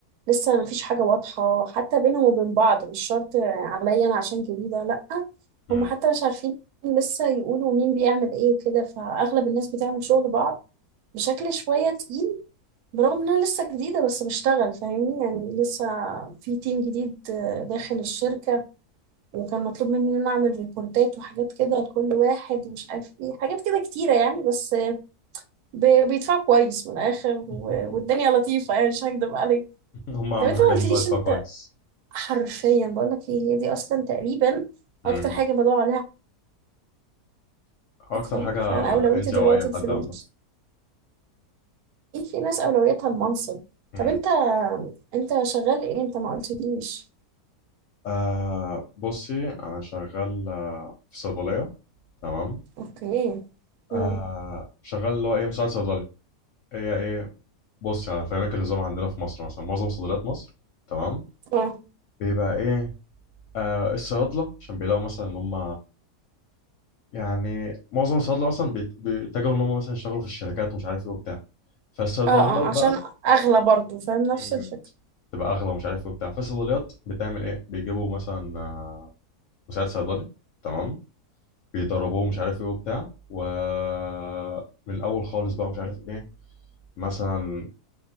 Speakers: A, on the right; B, on the left.
A: لسه مفيش حاجة واضحة حتى بينهم وبين بعض مش شرط عليا أنا عشان جديدة لأ
B: مم.
A: هم حتى مش عارفين لسه يقولوا مين بيعمل ايه وكده فأغلب الناس بتعمل شغل بعض بشكل شوية تقيل برغم إن أنا لسه جديدة بس بشتغل فاهمني يعني لسه في تيم جديد آه، داخل الشركة وكان مطلوب مني إن أنا أعمل ريبورتات وحاجات كده لكل واحد ومش عارف ايه حاجات كده كتيرة يعني بس آه، ب- بيدفعوا كويس من الآخر و-
B: <laughs>
A: والدنيا لطيفة يعني مش هكدب عليك
B: هم اهم
A: طب انت
B: حاجه
A: ما
B: ان
A: قلتليش
B: هم يدفعوا كويس
A: حرفيا بقول لك ايه هي دي اصلا تقريبا
B: مم.
A: اكتر حاجه بدور عليها
B: اكتر
A: في حياتي، فاهم
B: حاجه
A: فانا اولويتي
B: انت
A: دلوقتي
B: او اي
A: الفلوس
B: حد عامه
A: ايه في ناس اولويتها المنصب
B: مم.
A: طب انت انت شغال ايه انت ما قلتليش
B: آه بصي انا شغال آه، في صيدليه تمام
A: اوكي
B: آه
A: امم
B: شغال اللي هو ايه مساعد صيدلي هي ايه بصي هفهمك النظام عندنا في مصر مثلا معظم صيدليات مصر تمام
A: اه
B: بيبقى ايه آه، الصيادله عشان بيلاقوا مثلا ان هم يعني معظم الصيادله مثلا بيت- بيتجهوا ان هم مثلا يشتغلوا في الشركات ومش عارف ايه وبتاع فالصيدليات
A: اه اه
B: بقى
A: عشان اغلى برضو فاهم نفس
B: مم.
A: الفكره
B: تبقى اغلى ومش عارف ايه وبتاع فالصيدليات بتعمل ايه بيجيبوا مثلا آه، مساعد صيدلي تمام بيدربوه مش عارف ايه وبتاع ومن الاول خالص بقى مش عارف ايه مثلا